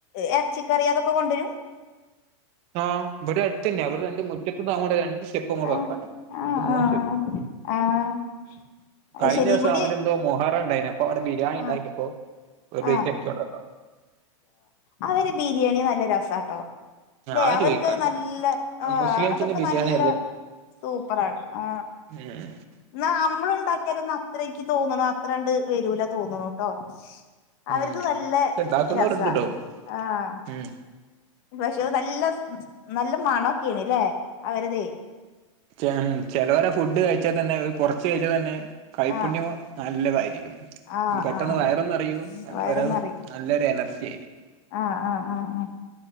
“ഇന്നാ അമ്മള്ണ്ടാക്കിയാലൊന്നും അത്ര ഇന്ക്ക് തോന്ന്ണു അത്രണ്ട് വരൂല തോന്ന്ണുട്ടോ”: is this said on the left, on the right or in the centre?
Left